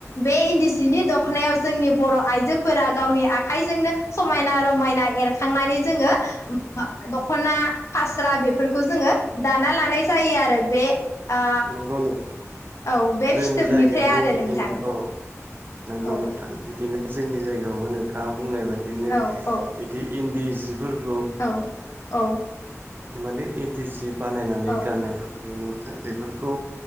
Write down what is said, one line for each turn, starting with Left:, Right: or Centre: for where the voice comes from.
Left: बे इन्दि जिनि दख'नायाव जो जोंनि बर' आइजोफोरा गावनि आखाइजोंनो समायना रमायना एरखांनानै जोङो दखना फास्रा बेफोरखौ जोङो दाना लानाय जायो आरो बे ओ
Right: नोंगौ नोंगौ
Left: औ बे
Right: जोंनि
Left: फिथोबनिफ्राय
Right: जायगायावबो
Left: आरो
Right: बिदिनो
Left: नोंथां
Right: औ नंगौ
Left: औ
Right: नोंथां बिदिनो। जोंनि जायगायावबो नोंथाङा बुंनाय बायदिनो
Left: औ औ
Right: बिदि इन्दि जिफोरख
Left: औ औ।
Right: माने इन्दि सि बानायनानै
Left: औ
Right: गाननायफोरखौ नुनो मोनो बेफोरखौ